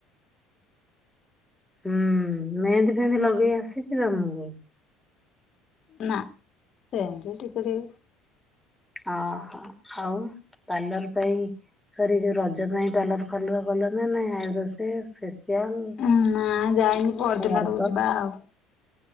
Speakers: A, in the centre; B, on the left (about 50°).
A: ହୁଁ ମେହେନ୍ଦୀ ଫେହେନ୍ଦି ଲଗେଇ ଆସିଛି ତମକୁ।
B: ନା ସେମ୍ ତି ଟିକେ ଟିକେ।
A: ଓହୋ ଆଉ ପାର୍ଲର ପାଇଁ। ସରି ଯୋଉ ରଜ ପାଇଁ ପାର୍ଲ ର ଫାର୍ଲର ଗଲଣି ନା ନାହିଁ ଆଇବର ସେଭ୍? ଫେସିଆଲ
B: ଉଁ ନା ଯାଇନି ପହରଦିନ
A: ହେୟାର
B: ଆଡକୁ ଯିବା ଆଉ।